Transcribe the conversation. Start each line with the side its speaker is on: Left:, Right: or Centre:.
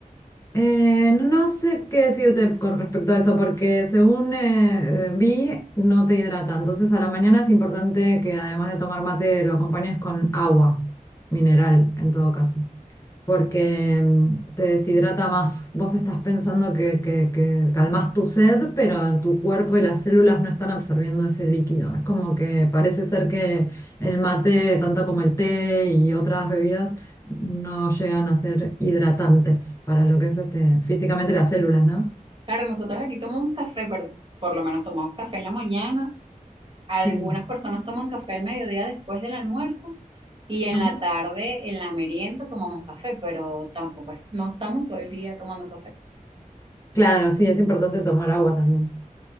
Left: Eh, no no sé qué decirte con respecto a eso, porque según eh, eh, vi, no te hidrata. Entonces, a la mañana es importante que además de tomar mate, lo acompañes con agua mineral, en todo caso porque mm, te deshidrata más. Vos estás pensando que, que, que calmás tu sed, pero tu cuerpo y las células no están absorbiendo ese líquido. Es como que parece ser que el mate, tanto como el té y otras bebidas, no llegan a ser hidratantes para lo que es este, físicamente las células, ¿no?
Right: Claro, nosotros aquí tomamos café, pero por lo menos tomamos café en la mañana. Algunas
Left: Sí.
Right: personas toman café al mediodía después del almuerzo y en
Left: Ajá.
Right: la tarde, en la merienda, tomamos café, pero tampoco es, no estamos todo el día tomando café.
Left: Claro, sí, es importante tomar agua también.